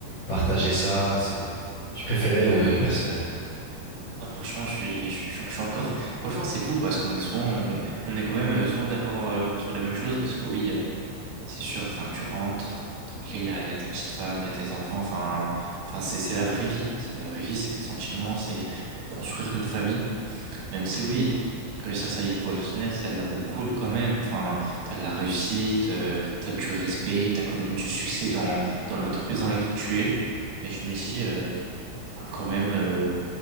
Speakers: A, on the left; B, on the right.
A: partager ça. C'est, je préférais
B: Ouais.
A: le, le personnel.
B: Non, franchement, je suis, je, je- je suis encore. Franchement, c'est fou parce qu'on est souvent, on, on est quand même euh, souvent d'accord euh, sur les mêmes choses parce que oui. euh, C'est sûr, enfin, tu rentres, tranquille, il y a, il y a ta petite femme, il y a tes enfants, enfin, enfin, c'est, c'est la vraie vie, c'est la vraie vie, c'est les sentiments, c'est construire une famille, même si oui, réussir sa vie professionnelle, ça a l'air d'être cool quand même, enfin, t'as de la réussite, euh, t'as du respect, t'as quand même du succès dans, dans l'entreprise dans laquelle tu es, mais je me dis, euh, enfin, quand même, euh,